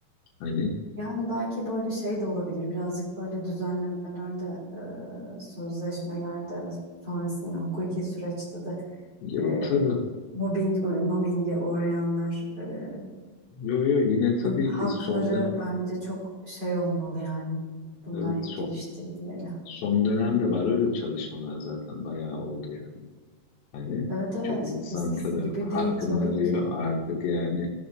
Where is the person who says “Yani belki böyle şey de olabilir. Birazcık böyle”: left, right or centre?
Right